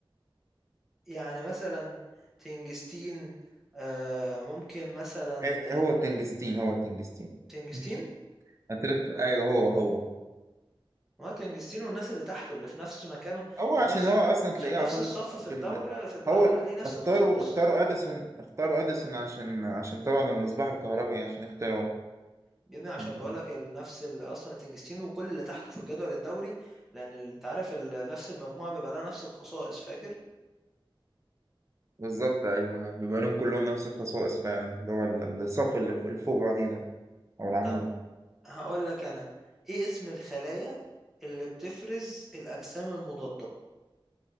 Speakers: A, in the centre; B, on the right (about 30°).
A: يعني مثلا تنجستين آه، ممكن مثلا
B: إيه، هو التنجستين هو التنجستين
A: تنجستين
B: <laughs> هتلف ايوه هو هو
A: مارتن جستين والناس اللي تحته اللي في نفس مكانه
B: هو
A: يعني
B: عشان
A: نفس
B: هو اصلا تلاقيه
A: عشان نفس
B: على طول
A: الصف في
B: في
A: الدورة
B: ال...
A: في الدورة
B: هو ال-
A: ليه نفس
B: اختاروا
A: الخصائص
B: اختاروا اديسون اختاروا اديسون عشان عشان طبعا المصباح الكهربي عشان اختاروا
A: جدا عشان
B: مم.
A: بقول لك نفس ال- اصلا تنجستين وكل اللي تحته في الجدول الدوري لان ال- انت عارف ال- نفس المجموعة بيبقى لها نفس الخصائص فاكر
B: بالظبط ايوه بيبقى لهم كلهم نفس الخصائص فعلا اللي هو ال- الصف اللي فوق بعضيه ده او العمود
A: طب هقول لك انا ايه اسم الخلايا اللي بتفرز الاجسام المضادة